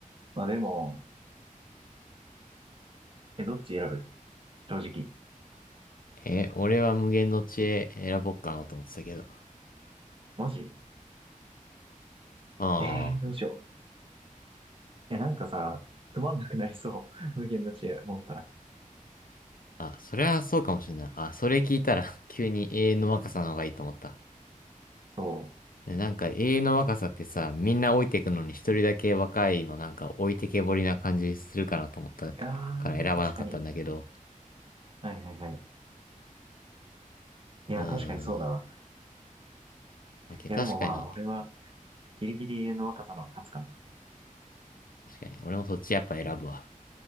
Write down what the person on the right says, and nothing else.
まあでも、え、どっち選ぶ正直。
マジ
えー、どうしよう。いや、なんかさ、つまんなくなりそう。<laughs> 無限の知恵持ってたら。
そ
う。あー、確かに。はいはいはい。いや、
確かにそうだわ。
いや、でもまあ、俺は、ギリギリ永遠の若さの方が勝つかな。